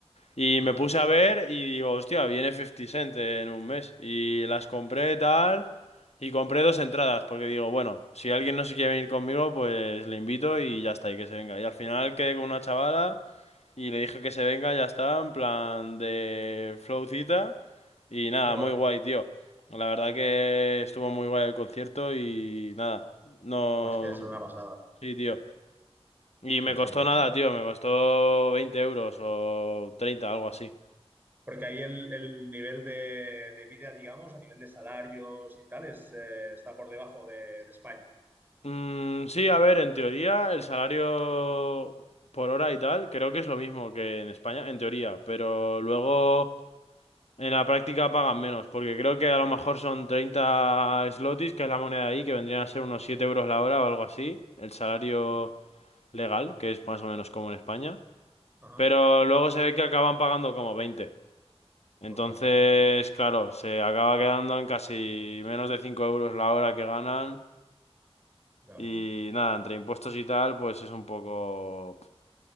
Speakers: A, on the left; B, on the right.
A: Y
B: ajá.
A: me puse a ver y digo, hostia, viene 50 Cent en un mes. Y las compré tal. Y compré dos entradas, porque digo, bueno, si alguien no se quiere venir conmigo, pues le invito y ya está, y que se venga. Y al final quedé con una chavala y le dije que se venga, ya está, en plan de flowcita. Y nada,
B: Joder,
A: muy guay, tío. La verdad que estuvo muy guay el concierto y nada, no...
B: buah, es que es una pasada.
A: Sí, tío. Y
B: Sí,
A: me costó
B: sí,
A: nada, tío, me costó 20 euros o 30 algo así.
B: Porque ahí el, el nivel de, de vida, digamos, a nivel de salarios y tal, es, eh, está por debajo de, de España.
A: Mm, sí, a ver, en teoría el salario por hora y tal creo que es lo mismo que en España, en teoría, pero luego en la práctica pagan menos, porque creo que a lo mejor son 30 slotis, que es la moneda ahí, que vendrían a ser unos 7 euros la hora o algo así, el salario
B: Vale.
A: legal, que es más o menos como en España,
B: Ajá.
A: pero luego se ve que acaban pagando como 20. Entonces,
B: Ostras,
A: claro, se acaba quedando en casi menos de 5 euros la hora que ganan.
B: ya
A: Y
B: ves.
A: nada, entre impuestos y tal, pues es un poco...